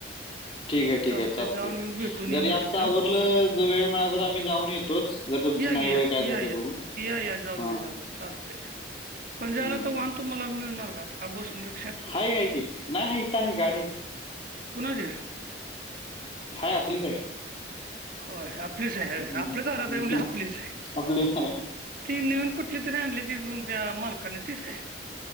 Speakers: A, on the left (about 30°); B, on the right (about 50°).
A: ठीक आहे ठीक
B: चालतंय
A: चालतयं,
B: जाऊन येऊन भेटून
A: जरी
B: या मग
A: आमचं
B: तिथं
A: आवरलं ज वेळ मिळाला तर आम्ही जाऊन येतोच. जर तुमचं
B: या
A: नाही
B: या
A: वय काय
B: या
A: जातंय बघून.
B: या या जाऊन
A: हां,
B: या जाऊन या. चालतयं पण
A: हं.
B: जायाला, तर वाहन तुम्हाला मिळणार का? का बस नं
A: हाय हाय की नाही इथं हाय गाडी हाय की.
B: कुणाची
A: हाय आपलीच हाय.
B: होय, आपलीच हाय
A: हं,
B: आपल्या दारात
A: हं,
B: हाय म्हणल्यावर
A: हं.
B: आपलीच हाय.
A: आपली आहे.
B: ती नवीन कुठली, तर आणली ती तुमच्या मालकानी तीच काय?